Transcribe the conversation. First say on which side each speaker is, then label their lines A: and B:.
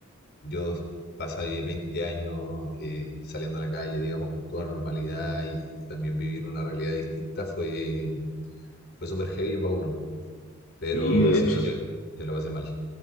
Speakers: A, on the left; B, on the left.
A: yo pasé 20 años eh, saliendo a la calle, digamos, con toda normalidad y, y también vivir una realidad distinta fue, fue súper heavy para uno. Pero
B: sí de
A: sí,
B: hecho,
A: yo, yo la pasé mal,